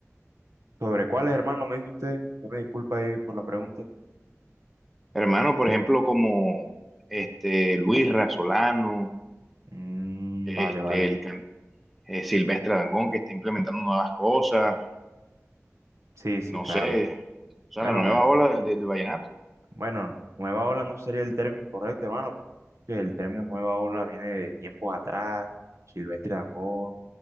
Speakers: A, on the right; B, in the centre.
A: ¿Sobre cuáles, hermano, me dice usted? Ya me disculpa ahí por la pregunta.
B: Hermano, por ejemplo, como este Luis Solano,
A: Mm,
B: este
A: vale, vale.
B: el can- eh, Silvestre Dangond, que está implementando nuevas cosas,
A: Sí, sí,
B: no
A: claro.
B: sé, o sea,
A: Bueno,
B: la nueva
A: eh,
B: ola del, del vallenato.
A: bueno, nueva ola no sería el término correcto, hermano, porque el término nueva ola viene de tiempos atrás, Silvestre Dangond,